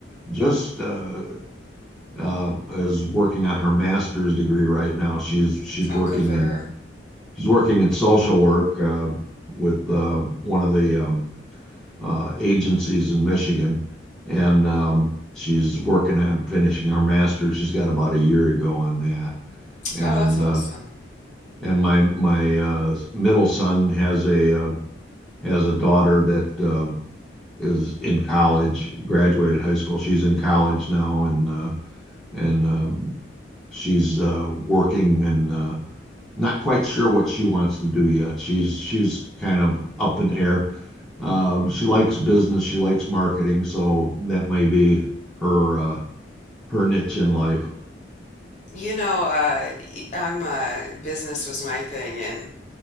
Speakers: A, in the centre; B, on the left.
A: just uh, uh is working on her master's degree right now. She's she's
B: Oh,
A: working
B: good for
A: in
B: her.
A: she's working in social work uh, with uh, one of the um, uh, agencies in Michigan, and um, she's working on finishing her master's. She's got about a year to go on that, and
B: Oh, that's awesome.
A: uh, and my my uh, middle son has a uh, has a daughter that uh, is in college, graduated high school. She's in college now, and uh, and um, she's uh, working and uh, not quite sure what she wants to do yet. She's she's kind of up in air. Um, she likes business, she likes marketing, so that may be her uh, her niche in life.
B: You know, uh, y- I'm uh, business was my thing, and